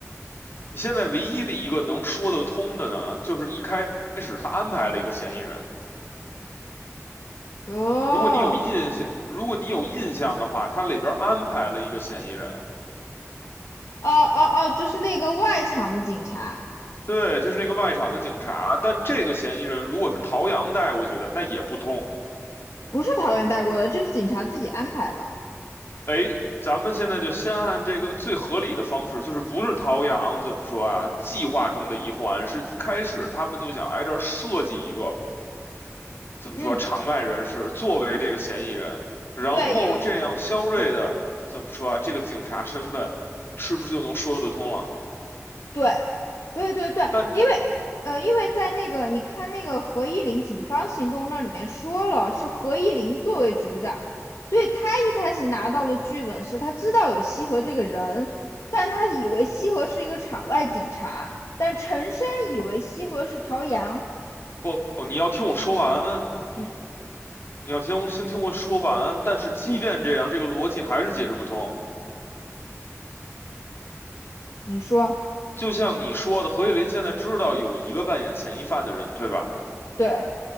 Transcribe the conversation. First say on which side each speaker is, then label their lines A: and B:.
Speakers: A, on the left (about 45°); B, on the left (about 70°).
A: 你现在唯一的一个能说得通的呢，就是一开始他安排了一个嫌疑人。
B: 哦
A: 如果你有印象，如果你有印象的话，他里边安排了一个嫌疑人，
B: 哦哦哦，就是那个外场的警察，
A: 对，就是那个外场的警察。但这个嫌疑人如果是陶阳带过去的，那也不通。
B: 不是桃园带过的，这是警察自己安排的。
A: 哎，咱们现在就先按这个最合理的方式，就是不是陶阳怎么说啊？计划中的一环，是一开始他们就想挨这儿设计一个怎么说场外人士作为这个嫌疑人，
B: 嗯，
A: 然后这样肖瑞的怎么说啊？
B: 对，因为对
A: 这个警察身份是不是就能说得通了？
B: 对，对对对，
A: 但
B: 因为呃，因为在那个你看那个何依林警方行动那里面说了，是何依林作为组长，所以他一开始拿到的剧本是他知道有西河这个人，但他以为西河是一个场外警察，但陈山以为西河是陶阳。
A: 不，你要听我说完，
B: 嗯
A: 你要听我先听我说完。但是即便这样，
B: 嗯，
A: 这个逻辑还是解释不通。
B: 你说
A: 就像你说的，何叶林现在知道有一个扮演嫌疑犯的人，对吧？
B: 对，